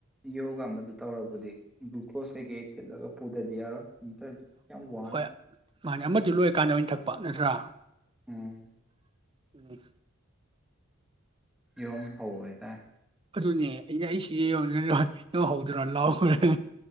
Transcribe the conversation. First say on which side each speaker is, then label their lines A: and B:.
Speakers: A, in the centre; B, on the right (about 25°).
A: ꯌꯣꯒ ꯃꯗꯨ ꯇꯧꯔꯕꯨꯗꯤ ꯗꯨꯈꯣꯁꯀꯩꯀꯩ ꯊꯤꯠꯂꯒ ꯄꯨ <unintelligible> <unintelligible> ꯌꯥꯝ ꯋꯥꯅꯦ
B: ꯍꯣꯏ ꯃꯥꯅꯦ ꯑꯃꯗꯨ ꯂꯣꯏꯔꯀꯥꯟꯗ ꯑꯣꯏꯅ ꯊꯛꯄ ꯅꯠꯇ꯭ꯔꯥ
A: ꯎꯝ
B: ꯎꯝ
A: ꯌꯨꯝ ꯍ ꯌꯥꯇꯥ
B: ꯑꯗꯨꯅꯦ ꯑꯩꯅ ꯑꯩ ꯁꯤꯗ ꯌꯧꯗꯔꯣ ꯌꯧꯍꯧꯗ꯭ꯔꯣ ꯂꯥꯎꯈ꯭ꯔꯦ